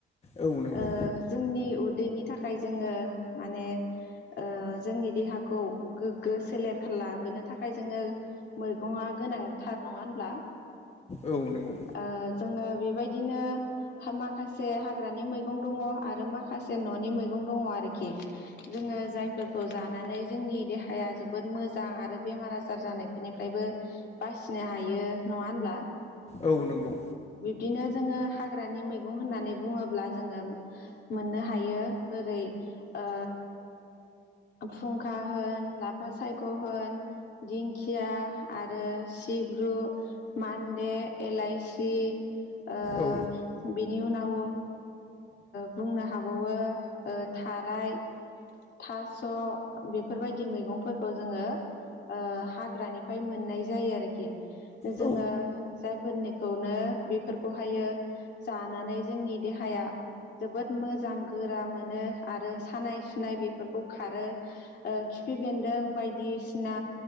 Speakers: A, on the left; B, on the left.
A: औ नंगौ
B: ओ जोंनि उदैनि थाखाय जोङो माने ओ जोंनि देहाखौ गोग्गो सोलेर खा लाबोनो थाखाय जोङो मैगङा गोनां थार नङा होनब्ला?
A: औ नोंगौ।
B: ओ जोङो बेबाय दिनो माखासे हाग्रानि मैगं दङ आरो माखासे न'नि मैगं दङ आरोखि जोङो जाय फोरखौ जानानै जोंनि देहा हाया जोबोद मोजां आरो बेमार आजार जानाय फोरनि फ्रायबो बासिनो हायो नङा होनब्ला?
A: औ नोंगौ।
B: बिदिनो जोङो हाग्रानि मैगं होननानै बुङोब्ला जोङो मोननो हायो ओरै ओ फुंखा होन लाफा सायख' होन दिंखिया आरो सिब्रु मान्दे एलाायसि ओ
A: औ
B: बेनि उनाव ओ बुंनो हाबावो ओ थाराय थास' बेफोर बायदि मैगं फोरखौ जोङो ओ हाग्रा निफ्राय मोननाय जायो आरोखि जोङो
A: औ
B: जाय फोरनि खौनो बेफोरखौ हायो जानानै जोंनि देहाया जोबोद मोजां गोरा मोनो आरो सानाय सुनाय बेफोरखौ खारो ओ खिफि बेन्दों बायदि सिना